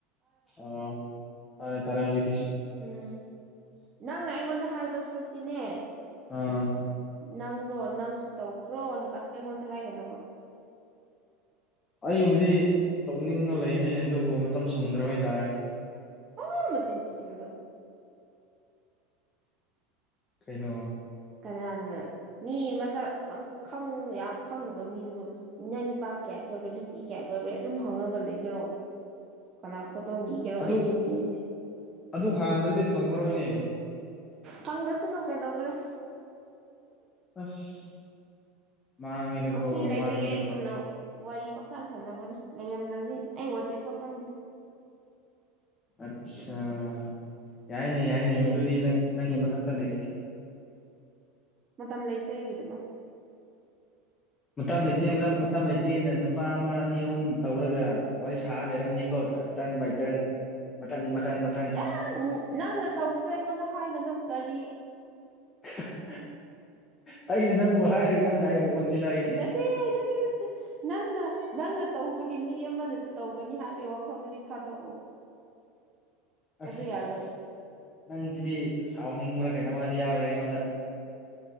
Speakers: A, on the left (about 25°); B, on the right (about 30°).
A: ꯑ ꯇꯔꯦ ꯇꯔꯦ ꯍꯧꯖꯤꯛ
B: ꯎꯝ ꯅꯪꯅ ꯑꯩꯉꯣꯟꯗ ꯍꯥꯏꯕ ꯁꯨꯔꯨꯛꯇꯤꯅꯦ
A: ꯑꯥ
B: ꯅꯪꯗꯣ ꯅꯪꯁꯨ ꯇꯧꯈ꯭ꯔꯣ ꯍꯥꯏꯕ ꯑꯩꯉꯣꯟꯗ ꯍꯥꯏꯒꯅꯧꯕ
A: ꯑꯩꯕꯨꯗꯤ ꯇꯧꯅꯤꯡꯉ ꯂꯩꯕꯅꯤꯅꯦ ꯑꯗꯨꯕꯨ ꯃꯇꯝ ꯁꯪꯗ꯭ꯔꯕ ꯍꯥꯏꯇꯥꯔꯦ
B: ꯑ ꯃ ꯆꯤꯟ ꯊꯕꯗꯣ
A: ꯀꯩꯅꯩꯅꯣ
B: ꯀꯅꯥ ꯃꯤ ꯃꯁ ꯛ ꯌꯥꯝ ꯈꯪꯗꯕ ꯃꯤꯗꯨ ꯅꯪ ꯅꯨꯄꯥ ꯀꯌꯥ ꯀꯣꯏꯕ꯭ꯔꯦ ꯅꯨꯄꯤ ꯀꯌꯥ ꯀꯣꯏꯕ꯭ꯔꯦ ꯑꯗꯨꯝ ꯍꯧ ꯈꯪꯉꯒ ꯂꯩꯗꯔꯣ ꯀꯅꯥ ꯐꯣꯇꯣ ꯅꯤꯒꯦꯔꯣ
A: ꯑꯗꯨ
B: ꯑꯩꯗꯤ ꯅꯤꯅꯤꯡꯗꯦ
A: ꯑꯗꯨ ꯍꯥꯡꯗ꯭ꯔꯗꯤ ꯐꯪꯉꯔꯣꯏꯅꯦ
B: ꯐꯪꯗꯁꯅꯨ ꯀꯩꯗꯧꯒꯦꯔꯦ
A: ꯑꯁ ꯃꯥꯉꯦꯗꯨꯀꯣ
B: ꯑꯁꯤ ꯂꯩꯕꯒꯤ
A: ꯃꯥꯉꯦꯗꯀꯣ
B: ꯑꯩ ꯆꯨꯝꯅ ꯋꯥꯔꯤ ꯄꯪꯁꯥꯟ ꯁꯥꯟꯅꯕꯅꯤ ꯂꯩꯔꯝꯗꯗꯤ ꯑꯩ ꯋꯥꯆꯦꯞꯐꯥꯎ ꯆꯪꯗꯦ
A: ꯑꯠꯆꯥꯥ ꯌꯥꯏꯅꯦ ꯌꯥꯏꯅꯦ
B: ꯑꯩ
A: ꯃꯗꯨꯗꯤ ꯅꯪ ꯅꯪꯒꯤ ꯃꯊꯛꯇ ꯂꯩꯏꯅꯦ
B: ꯃꯇꯝ ꯂꯩꯇ ꯑꯩꯒꯤꯗꯃꯛ
A: ꯃꯇꯝ ꯂꯩꯇꯦ ꯃꯇꯝ ꯂꯩꯇꯦꯅ ꯅꯨꯄꯥ ꯑꯃ ꯑꯅꯤ ꯑꯍꯨꯝ ꯇꯧꯔꯒ ꯋꯥꯔꯤ ꯁꯥꯔ ꯂꯩꯔꯝꯅꯤꯀꯣ ꯃꯩꯇ꯭ꯔꯟ ꯃꯊꯪ ꯃꯊꯪ
B: ꯌꯥꯝ ꯅꯪꯅ ꯇꯧꯕꯗꯣ ꯑꯩꯉꯣꯟꯗ ꯍꯥꯏꯒꯅꯨ ꯀꯔꯤ
A: <unintelligible> ꯑꯩꯅ ꯅꯪꯕꯨ ꯍꯥꯏꯔ ꯅꯪꯅ ꯑꯩꯕꯨ ꯑꯣꯟꯁꯤꯜꯂꯛꯏꯅꯤ
B: ꯔꯄꯤ ꯅꯠꯇ ꯅꯪꯅ ꯅꯪꯅ ꯇꯧꯕꯒꯤ ꯃꯤ ꯑꯃꯗꯁꯨ ꯇꯧꯒꯅꯤ ꯍꯥꯏꯕꯒꯤ ꯋꯥꯈꯜꯗꯨꯗꯤ ꯊꯥꯗꯣꯛꯎ
A: ꯑꯁ
B: ꯑꯗꯨ ꯌꯥꯔꯣꯏ
A: ꯅꯪꯁꯤꯗꯤ ꯁꯥꯎꯅꯤꯡꯕ꯭ꯔꯥ ꯀꯩꯅꯣꯃꯗꯤ ꯌꯥꯎꯔꯦ ꯉꯗ